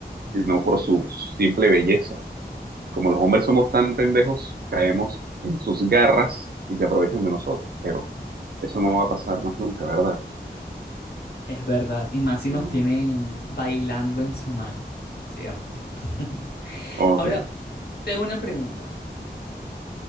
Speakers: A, on the right; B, on the left.
A: sino por su simple belleza. Como los hombres somos tan pendejos, caemos en sus garras y se aprovechan de nosotros, pero eso no va a pasar más nunca, ¿verdad?
B: es verdad, y más si
A: No.
B: nos tienen bailando en su mano, ¿cierto? <laughs>
A: Ok.
B: Ahora, te hago una pregunta.